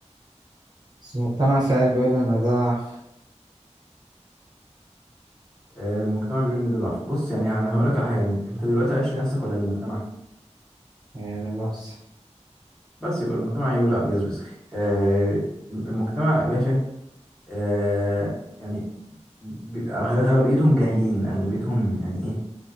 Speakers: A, on the right (about 35°); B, in the centre.
A: بس المجتمع ساعات بيقول ان ده ضعف
B: آه، المجتمع بيقول إن ده ضعف بص يعني أنا هقولك على حاجة أنت دلوقتي عايش لنفسك ولا للمجتمع
A: آه، بنفسي
B: بس يبقى المجتمع يقول لا بجاز بس آه، المجتمع يا باشا آه، يعني بيبقى غ- غالبيتهم جاهلين أغلبيتهم يعني إيه